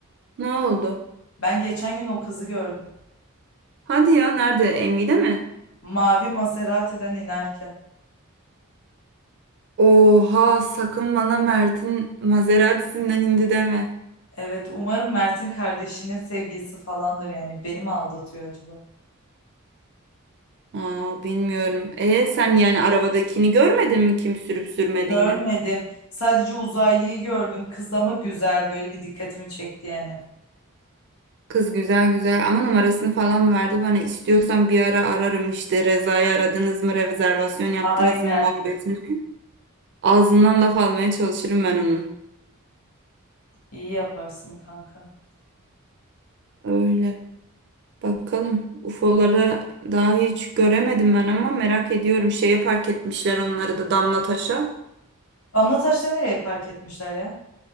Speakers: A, on the right; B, on the left.
A: ne oldu?
B: Ben geçen gün o kızı gördüm.
A: Hadi ya nerede? Envy'de mi?
B: Mavi Maserati'den inerken.
A: Oha sakın bana Mert'in Maserati'sinden indi deme.
B: Evet, umarım Mert'in kardeşinin sevgilisi falandır yani. Beni mi aldatıyor acaba?
A: Aa bilmiyorum. E sen yani arabadakini görmedin mi kim sürüp sürmediğini?
B: Görmedim. Sadece uzaylıyı gördüm. Kız ama güzel. Böyle bir dikkatimi çekti yani.
A: Kız güzel güzel ama numarasını falan mı verdi bana? İstiyorsan bir ara ararım işte Reza'yı aradınız mı rezervasyon yaptınız
B: Aynen.
A: mı muhabbetini. Ağzından laf almaya çalışırım ben onun.
B: İyi yaparsın kanka.
A: Öyle. Bakalım. UFO'ları daha hiç göremedim ben ama merak ediyorum. Şeye park etmişler onları da Damlataş'a.
B: Damla Taş'ta nereye park etmişler ya?